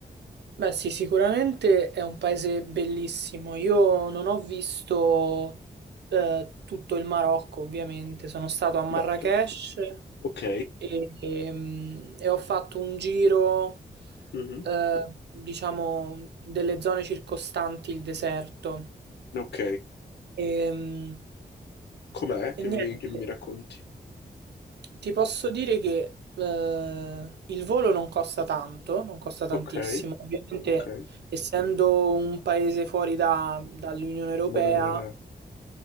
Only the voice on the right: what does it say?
Beh, sì, sicuramente è un paese bellissimo. Io non ho visto eh, tutto il Marocco, ovviamente. Sono stato a Marrakech
e, ehm, e ho fatto un giro,
eh, diciamo, delle zone circostanti il deserto.
Ehm,
E, niente.
Ti posso dire che eh, il volo non costa tanto, non costa tantissimo.
Ovviamente,
essendo un paese fuori da- dall'Unione Europea,